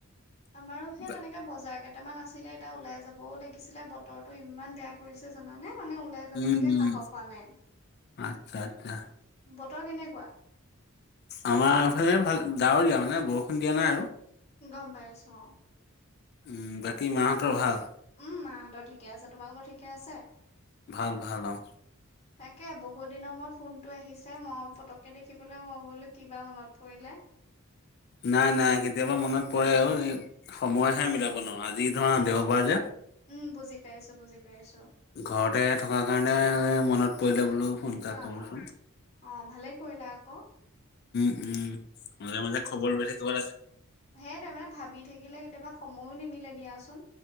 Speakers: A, on the left; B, on the left.
A: আমাৰো যে
B: বা-
A: তেনেকে বজাৰ কেইটা কেইটামান আছিলে এতিয়া ওলাই যাবও লাগিছিলে বতৰটো ইমান বেয়া কৰিছে, জানানে। মানে ওলাই যাবলৈকে
B: উম উম
A: সাহস হোৱা নাই
B: আচ্ছা আচ্ছা
A: বতৰ কেনেকুৱা
B: আমাৰ ফালে ভাল ডাৱৰীয়া মানে বৰষুণ দিয়া নাই আৰু।
A: গম পাইছো অ'।
B: উম বাকী মাহঁতৰ ভাল?
A: উম মাহঁতৰ ঠিকে আছে। তোমালোকৰ ঠিকে আছে।
B: ভাল ভাল অ।
A: তাকে বহুত দিনৰ মূৰত ফোনটো আহিছে। মই পতককে দেখিবলৈ মই বোলো কিবা মনত পৰিলে।
B: নাই নাই কেতিয়াবা মনত পৰে আৰু এই সময়হে মিলাব নোৱাৰো, আজি ধৰা দেওবাৰ যে।
A: উম বুজি পাইছো বুজি পাইছো
B: ঘৰতে থকাৰ কাৰণে মনত পৰিলে বোলো। ফোন এটা
A: অ',
B: কৰোচোন
A: অ', অ ভালেই কৰিলা আকৌ
B: উম মাজে মাজে খবৰ লৈ থাকিব লাগিছিল।
A: সেই তে মানে ভাবি থাকিলে কেতিয়াবা সময়ো নিমিলে দিয়াচোন।